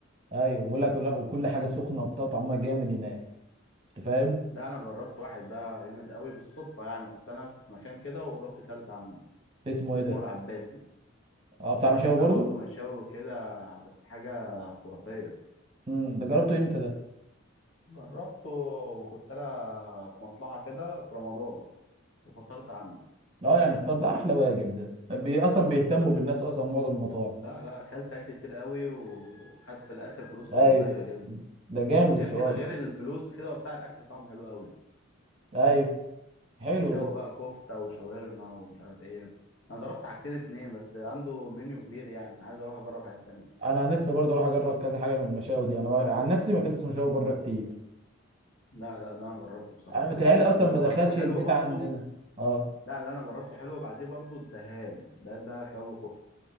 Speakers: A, on the right; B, on the left.
A: ايوه بيقول لك لا وكل حاجه سخنه وبتاع وطعمها جامد هناك انت فاهم
B: لا انا جربت واحد بقى جامد قوي بالصدفه يعني كنت انا في مكان كده ورحت كلت عنده
A: اسمه ايه
B: اسمه
A: ده
B: العباسي
A: اه بتاع مشاوي
B: ده
A: برضو
B: برضه مشاوي وكده بس حاجه خرافيه
A: امم ده جربته امتى ده
B: وجربته وكنت انا في مصلحه كده في رمضان وفطرت عنده
A: اه يعني الفطار ده احلى واجب ده بي اصلا بيهتموا بالناس اصلا معظم المطاعم
B: لا لا اكلت اكل كتير قوي وخدت في الاخر فلوس
A: ايوه
B: رمزيه كده
A: ده جامد
B: غير
A: الحوار
B: كده غير
A: ده
B: الفلوس كده وبتاع الاكل طعمه حلو قوي
A: ايوه حلو
B: مشاوي
A: ده
B: بقى كفته وشاورما ومش عارف ايه انا جربت حاجتين اتنين بس عنده منيو كبير يعني انا عايز اروح اجرب حاجات تانية
A: انا عن نفسي برضه اروح اجرب كذا حاجه من المشاوي دي انا ما- عن نفسي ما اكلتش مشاوي بره كتير
B: لا لا ده انا جربته بصراحه
A: انا
B: حلو
A: متهيألي
B: قوي
A: اصلا
B: اللي
A: ما
B: جربته
A: دخلش
B: حلو
A: البيت
B: برضه
A: عندنا اه
B: لا اللي انا جربته حلو بعديه برضه الدهان ده ده كباب وكفته